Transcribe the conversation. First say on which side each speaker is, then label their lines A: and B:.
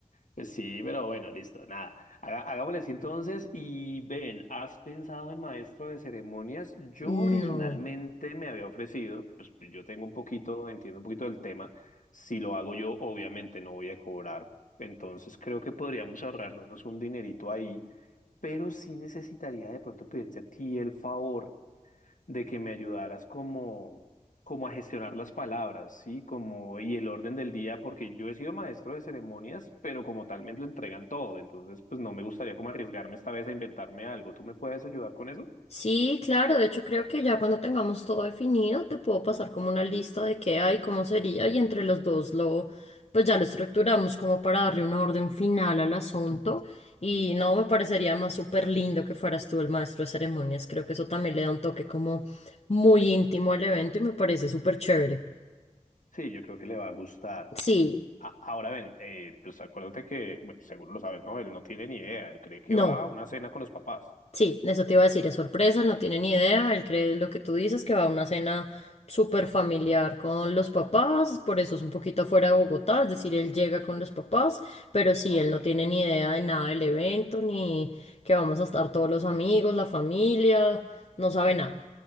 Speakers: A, on the left; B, on the left.
A: Pues Sí, pero bueno, listo, nada. Haga- hagámosle así entonces. Y ven, ¿has pensado en maestro de ceremonias?
B: <laughs>
A: Yo
B: No.
A: originalmente me había ofrecido, pues yo tengo un poquito, entiendo un poquito del tema. Si lo hago yo, obviamente no voy a cobrar. Entonces creo que podríamos ahorrarnos un dinerito ahí, pero sí necesitaría de pronto pedirte a ti el favor de que me ayudaras como, como a gestionar las palabras, ¿sí? Como, y el orden del día, porque yo he sido maestro de ceremonias, pero como tal me lo entregan todo, entonces pues no me gustaría como arriesgarme esta vez a inventarme algo. ¿Tú me puedes ayudar con eso?
B: Sí, claro, de hecho creo que ya cuando tengamos todo definido te puedo pasar como una lista de qué hay, cómo sería y entre los dos lo pues ya lo estructuramos como para darle una orden final al asunto y no me parecería más súper lindo que fueras tú el maestro de ceremonias, creo que eso también le da un toque como muy íntimo al evento y me parece súper chévere.
A: Sí, yo creo que le va a gustar.
B: Sí,
A: A- Ahora ven, eh, pues acuérdate que, bueno, seguro lo sabes, ¿no? Él no tiene ni idea, él cree que
B: no.
A: va a una cena con los papás.
B: Sí, eso te iba a decir, es sorpresa, él no tiene ni idea, él cree lo que tú dices, que va a una cena súper familiar con los papás, por eso es un poquito afuera de Bogotá, es decir, él llega con los papás, pero sí,
A: Ok.
B: él no tiene ni idea de nada del evento, ni que vamos a estar todos los amigos, la familia, no sabe nada.